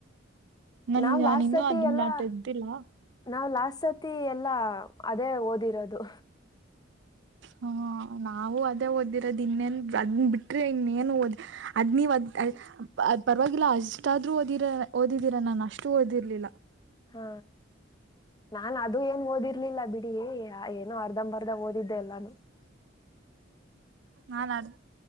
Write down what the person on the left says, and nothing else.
ನಾವ್
ಲಾಸ್ಟ್
ಸತಿ
ಎಲ್ಲಾ
ನಾವ್ ಲಾಸ್ಟ್ ಸತಿ ಎಲ್ಲಾ ಅದೇ ಓದಿರೋದು.
ಹ ನಾನ್ ಅದು ಏನ್ ಓದಿರ್ಲಿಲ್ಲ ಏನೋ ಅರ್ಧಂಬರ್ದ ಓದಿದ್ದೆ ಎಲ್ಲಾನು